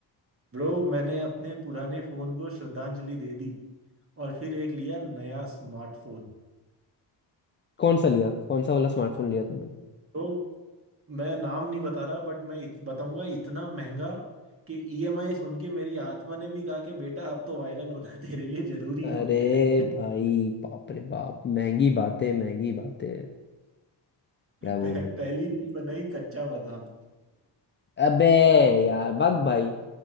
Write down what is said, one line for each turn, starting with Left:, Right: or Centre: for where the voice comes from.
Right: ब्रो मैंने अपने पुराने फोन को श्रद्धांजलि दे दी और फिर एक लिया नया स्मार्टफोन
Left: कौन सा लिया कौन सा वाला स्मार्टफोन लिया तूने
Right: तो मैं नाम नहीं बता रहा बट मैं इत, बताऊंगा इतना महंगा कि ईएमआई सुन के मेरी आत्मा ने भी कहा कि बेटा अब तो वायरल होना <laughs> तेरे लिए जरूरी
Left: अरे
Right: हो गया है <laughs>
Left: भाई बाप रे बाप महंगी बातें महंगी बातें क्या बोलूं
Right: पह, पहली रील बनाई कच्चा बादाम
Left: अबे यार भग भाई